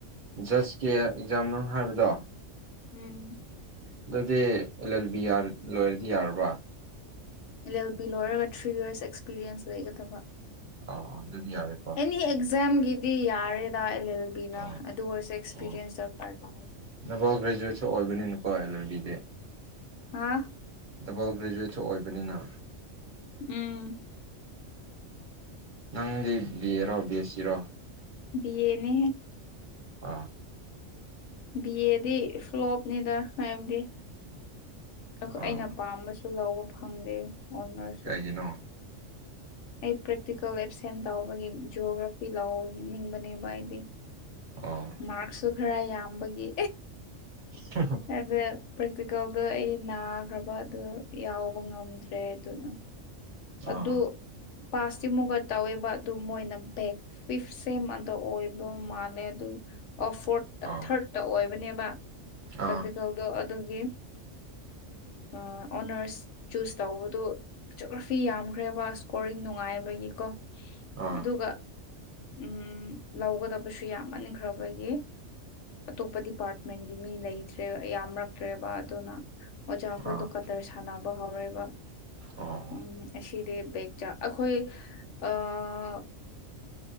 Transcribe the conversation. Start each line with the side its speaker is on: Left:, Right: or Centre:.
Right: ꯖꯁꯀꯤ ꯑꯦꯛꯖꯥꯝ ꯃꯅꯨꯡ ꯍꯥꯏꯕꯗꯣ
Left: ꯎꯝ
Right: ꯑꯗꯨꯗꯤ ꯑꯦꯜ ꯑꯦꯜ ꯕꯤꯑꯔ ꯂꯣꯏꯔꯗꯤ ꯌꯥꯔꯕ꯭ꯔꯥ
Left: ꯑꯦꯜ ꯑꯦꯜ ꯕꯤ ꯂꯣꯏꯔꯒ ꯊ꯭ꯔꯤ ꯌꯔꯁ ꯑꯦꯛꯁꯄꯤꯔꯤꯌꯦꯟꯁ ꯂꯩꯒꯗꯕ
Right: ꯑꫭ ꯑꯗꯨꯗꯤ ꯌꯥꯔꯦꯀꯣ
Left: ꯑꯦꯅꯤ ꯑꯦꯛꯖꯥꯝꯒꯤꯗꯤ ꯌꯥꯔꯦꯗ ꯑꯦꯜ ꯑꯦꯜ ꯕꯤꯅ
Right: ꯑꯥ
Left: ꯑꯗꯨ ꯑꯣꯏꯔꯁꯨ ꯑꯦꯛꯁꯄꯤꯔꯤꯌꯦꯟꯁ
Right: ꯑꯥ
Left: ꯗꯔꯀꯥꯔ ꯇꯥ
Right: ꯗꯕꯜ ꯒ꯭ꯔꯦꯖꯨꯋꯦꯠꯁꯨ ꯑꯣꯏꯕꯅꯤꯅꯀꯣ ꯑꯦꯜ ꯑ‌ꯦꯜ ꯕꯤꯖ‌ꯦ
Left: ꯍꯥꯥ
Right: ꯗꯕꯜ ꯒ꯭ꯔꯦꯖꯨꯋꯦꯠꯁꯨ ꯑꯣꯏꯕꯅꯤꯅ
Left: ꯎꯝ
Right: ꯅꯪꯗꯤ ꯕꯑ‌ꯦꯔꯣ ꯕꯑ‌ꯦꯁꯤꯔꯣ
Left: ꯕꯤ ꯑꯦꯅꯦꯍ‌ꯦ
Right: ꯑꯥ
Left: ꯕꯤ ꯑꯦꯗꯤ ꯐ꯭ꯂꯣꯞꯅꯤꯗ ꯍꯥꯏꯕꯗꯤ ꯑꯩꯅ
Right: ꯑꯥ
Left: ꯄꯥꯝꯕꯁꯨ ꯨ ꯂꯧꯕ ꯐꯪꯗꯦ ꯑꯣꯅꯔꯁ
Right: ꯀꯩꯒꯤꯅꯣ
Left: ꯑꯩ ꯄ꯭ꯔꯦꯛꯇꯤꯀꯦꯜ ꯑꯦꯞꯁꯦꯟ ꯇꯧꯕꯒꯤ ꯖꯤꯑꯣꯒ꯭ꯔꯥꯐꯤ ꯂꯧꯅꯤꯡꯕꯅꯦꯕ ꯑꯩꯗꯤ
Right: ꯑꯣ
Left: ꯃꯥꯔꯛꯁꯨ ꯈꯔ ꯌꯥꯝꯕꯒꯤ
Right: ꯍ ꯍꯣ <unintelligible>
Left: ꯑꯩꯗ ꯄ꯭ꯔꯦꯛꯇꯤꯀꯦꯜꯗꯣ ꯑꯩ ꯅꯥꯈ꯭ꯔꯕ ꯑꯗꯨ ꯌꯥꯎꯕ ꯉꯝꯗ꯭ꯔꯦ ꯑꯗꯨꯅ
Right: ꯑꯥ
Left: ꯑꯗꯨ ꯄꯥꯁꯇꯤꯃꯨꯛꯒ ꯇꯧꯋꯦꯕ ꯑꯗꯨ ꯃꯣꯏꯅ ꯕꯦꯛ ꯐꯤꯐ ꯁꯦꯝ ꯑꯗ ꯑꯣꯏꯕ ꯃꯥꯜꯂꯦ ꯑꯗꯨ ꯑꫭ ꯐꯣꯔꯠ
Right: ꯑꯥ
Left: ꯊꯥꯔꯗꯠꯇ ꯑꯣꯏꯕꯅꯦꯕ ꯄ꯭ꯔꯦꯛꯇꯤꯀꯦꯜ
Right: ꯑꯥ
Left: ꯑꯗꯣ ꯑꯗꯨꯒꯤ ꯑꯣꯅꯔꯁ ꯆꯨꯁ ꯇꯧꯕꯗꯨ ꯐꯤ ꯌꯥꯝꯈ꯭ꯔꯦꯕ ꯏꯁꯀꯣꯔꯤꯡ ꯅꯨꯡꯉꯥꯏꯕꯒꯤꯀꯣ
Right: ꯑꯥ
Left: ꯑꯗꯨꯒ ꯎꯝ ꯂꯧꯒꯗꯕꯁꯨ ꯌꯥꯝꯃꯟꯈ꯭ꯔꯕꯒꯤ ꯑꯇꯣꯞꯄ ꯗꯤꯄꯥꯔꯠꯃꯦꯟꯗꯤ ꯃꯤ ꯂꯩꯇ꯭ꯔꯦ ꯌꯥꯝꯔꯛꯇ꯭ꯔꯦꯕ ꯑꯗꯨꯅ ꯑꯣꯖꯥꯈꯣꯏꯗꯣ
Right: ꯑꯥ
Left: ꯀꯗꯔ ꯁꯥꯟꯅꯕ ꯍꯧꯔꯦꯕ
Right: ꯑꫭ
Left: ꯎꯝ ꯑꯁꯤꯗꯤ ꯕꯦꯒ ꯆꯥ ꯑꯩꯈꯣꯏ ꯑꯥ